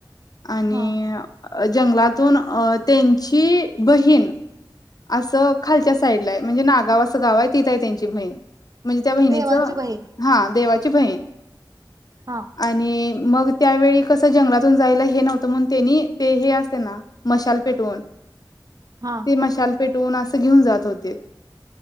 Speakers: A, on the left; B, on the right.
A: आणि
B: हा
A: जंगलातून अ त्यांची बहीण असं खालच्या साईडला आहे, म्हणजे नागाव असं गाव आहे तिथं आहे त्यांची बहीण, म्हणजे त्या बहिणीच
B: देवाची बहीण
A: हा देवा च वन
B: हा
A: आणि मग त्यावेळी कसं जंगलातून जायला हे नव्हतं म्हण तेनी ते हे असते ना मशाल पेटवून
B: हा
A: ते मशाल ोन अस घेऊन जात होते.